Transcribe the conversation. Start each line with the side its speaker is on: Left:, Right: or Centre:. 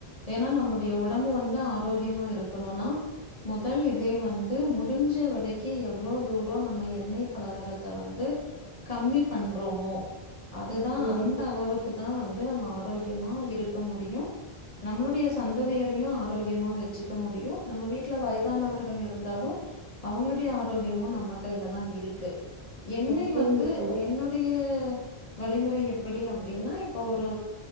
Left: ஏன்னா நம்மளுடைய உடம்பு வந்து ஆரோக்கியமா இருக்கணும்னா முதல் இதே வந்து முடிஞ்ச வரைக்கும் எவ்ளோ தூர நம்ம எண்ணெய் பழகாறத்த வந்து கம்மி பண்றோமோ அதுதா
Right: ம்
Left: அந்த அளவுக்கு தா வந்து நம்ம ஆரோக்கியமா இருக்க முடியு நம்மளுடைய சந்ததியரையு ஆரோக்கியமா வச்சுக்க முடியு நம்ம வீட்ல வயதானவர்கள் இருந்தாலு அவங்களுடைய ஆரோக்கியமும் நம்ம கையில தா இருக்கு என்னை
Right: ம் புரியுது
Left: வந்து
Right: தோழி
Left: அ என்னுடைய வழிமுறை எப்டி அப்டின்னா இப்போ ஒரு